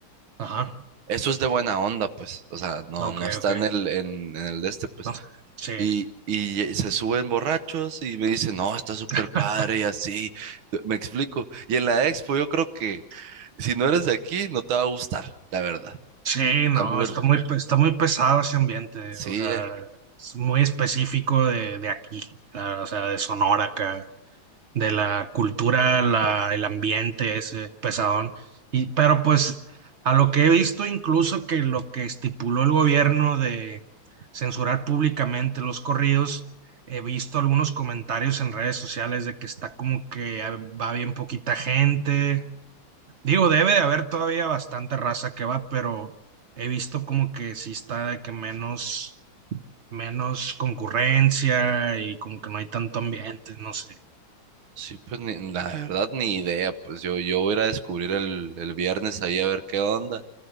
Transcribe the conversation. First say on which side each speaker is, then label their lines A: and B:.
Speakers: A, on the right; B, on the right.
A: ajá,
B: Eso es de buena onda, pues. O sea, no,
A: ok,
B: no está
A: ok,
B: en el, en, en el de este, pues.
A: no, sí.
B: Y, y se suben borrachos y me dicen, no, está súper
A: <laughs>
B: padre y así. Me explico. Y en la expo yo creo que si no eres de aquí, no te va a gustar, la verdad.
A: Sí,
B: Está
A: no,
B: muy...
A: está
B: r-
A: muy, pe- está muy pesado ese ambiente,
B: Sí,
A: o sea,
B: eh,
A: es muy específico de, de aquí, la- o sea, de Sonora acá. de la cultura, la, el ambiente ese pesadón. Y, pero pues a lo que he visto incluso que lo que estipuló el gobierno de censurar públicamente los corridos, he visto algunos comentarios en redes sociales de que está como que ah, va bien poquita gente. Digo, debe de haber todavía bastante raza que va, pero he visto como que sí está de que menos, menos concurrencia y como que no hay tanto ambiente, no sé.
B: sí, pues ni- la verdad ni idea. Pues yo, yo voy a ir a descubrir el, el viernes ahí a ver qué onda.